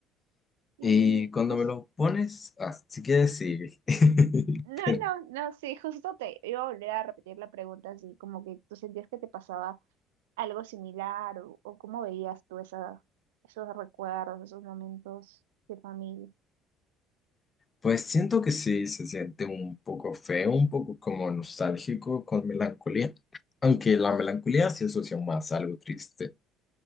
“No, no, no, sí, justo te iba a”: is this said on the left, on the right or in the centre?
Right